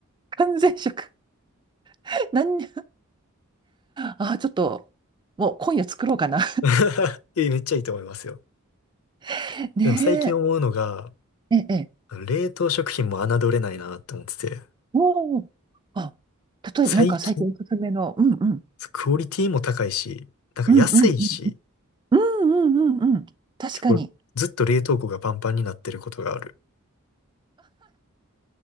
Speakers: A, on the right; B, on the left.
A: 完全食。<laughs> 何に、ああ、ちょっと、もう今夜作ろうかな。
B: <laughs> え、めっちゃいいと思いますよ。
A: <laughs> ね
B: でも最近思うのが、
A: え。ええ。ええ
B: あの冷凍食品も侮れないなって思ってて、
A: おお。あ、例えば、
B: 最近、
A: なんか最近おすすめの、うんうん。
B: クオリティも高いし、なんか安いし、
A: うんうんうん。うんうんうんうん。確かに。
B: 結構ずっと冷凍庫がパンパンになってることがある。